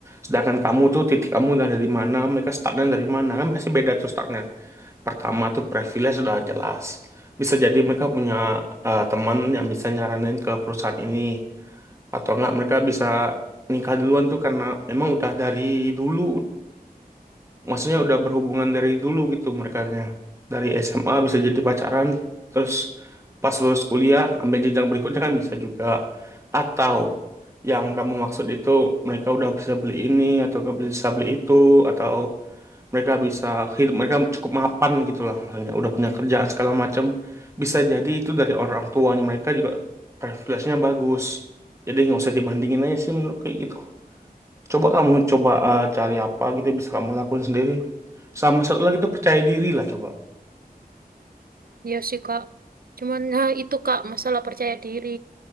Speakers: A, on the right (about 20°); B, on the right (about 70°).
A: Sedangkan kamu tuh titik kamu dari di mana, mereka startnya dari mana, kan pasti beda tuh startnya. Pertama tuh privilege sudah jelas. Bisa jadi mereka punya eh, teman yang bisa nyaranin ke perusahaan ini atau enggak mereka bisa nikah duluan tuh karena memang udah dari dulu maksudnya udah berhubungan dari dulu gitu merekanya dari SMA bisa jadi pacaran terus pas lulus kuliah ambil jenjang berikutnya kan bisa juga atau yang kamu maksud itu mereka udah bisa beli ini atau nggak beli- bisa beli itu atau mereka bisa hidup mereka cukup mapan gitulah maksudnya udah punya kerjaan segala macam bisa jadi itu dari orang tuanya mereka juga privilege-nya bagus jadi nggak usah dibandingin aja sih menurut kayak gitu Coba kamu coba eh, cari apa gitu yang bisa kamu lakuin sendiri. Sama satu lagi itu percaya diri lah coba.
B: Iya sih Kak. Cuman nah itu Kak masalah percaya diri.